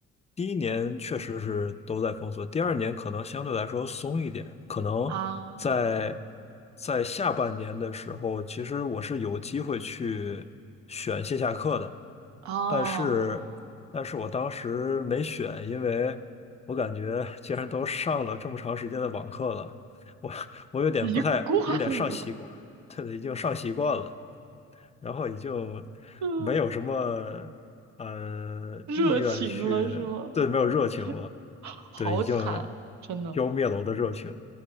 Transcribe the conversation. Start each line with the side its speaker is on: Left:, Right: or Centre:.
Left: 第一年确实是都在封锁，第二年可能相对来说松一点，可能在
Right: 啊，
Left: 在下半年的时候，其实我是有机会去选线下课的，
Right: 哦，
Left: 但是但是我当时没选，因为我感觉既然都上了这么长时间的网课了，我我有点不太，
Right: <laughs> 一贯了，
Left: 有点上习惯，<laughs> 对，已经上习惯了。然后你就没有什么呃意愿去，
Right: <laughs> 嗯，热情了是吗？
Left: 对，没有热情了，
Right: <laughs> 好惨，
Left: 对，已经
Right: 真的。
Left: 浇灭了我的热情。